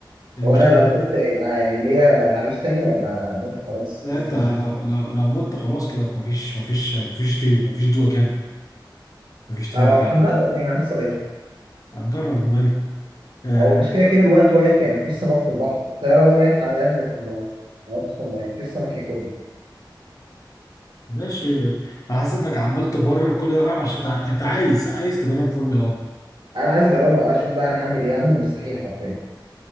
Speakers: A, on the left; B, on the right.
A: إيه
B: هو
A: المشكله
B: انا لو مت يبقى ليا هعيش تاني ولا مت خلاص
A: لا
B: بس
A: انت
B: بنموت؟
A: لو لو لو مت خلاص كده مفيش مفيش مفيش ري- مفيش دو اجين مفيش تراي
B: أنا
A: اجين
B: هنجرب يعني هنخسر ايه
A: هنجرب وماله آه
B: او مش كده
A: طب
B: كده الوقت واقف يعني مفيش سمك في البحر الطياره وقعت هينزل في الميه هنط في الميه مفيش سمك ياكل
A: ماشي انا حاسس انك عمال تبرر كل ده فاهم عشان انت ع- أنت عايز عايز تجرب فورمولا 1
B: انا عايز اجربه اشوف بقى انا هعمل ايه هعمل المستحيل حرفيا